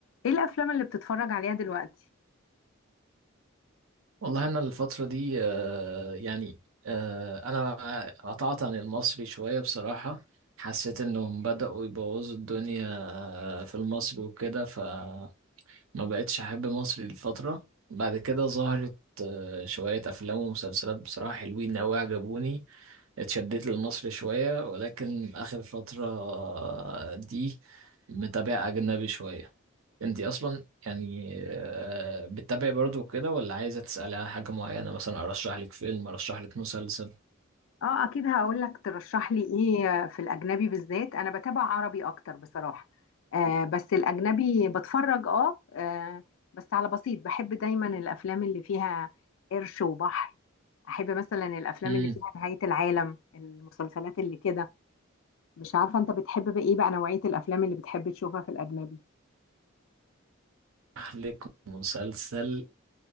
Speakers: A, on the left; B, on the right.
A: ايه الافلام اللي بتتفرج عليها دلوقتي
B: والله أنا الفترة دي آه، يعني آه، أنا قطعت عن المصري شوية بصراحة حسيت إنهم بدأوا يبوظوا الدنيا آه، في المصري وكده فما بقتش أحب مصري لفترة بعد كده ظهرت آه، شوية أفلام ومسلسلات بصراحة حلوين أوي عجبوني اتشدت للمصري شوية ولكن آخر فترة آه، دي متابع أجنبي شوية انت اصلا يعني آه، بتتابعي برضو كده ولا عايزه تسالي على حاجه معينه مثلا ارشح لك فيلم ارشح لك مسلسل
A: اه اكيد هقول لك ترشح لي ايه في الاجنبي بالذات انا بتابع عربي اكتر بصراحة آه بس الاجنبي بتفرج اه, آه بس على بسيط بحب دايما الافلام اللي فيها قرش وبحر احب مثلا الافلام
B: امم
A: اللي فيها نهاية العالم المسلسلات اللي كده مش عارفة انت بتحب بقى ايه بقى نوعية الافلام اللي بتحب تشوفها في الاجنبي
B: ارشح لك مسلسل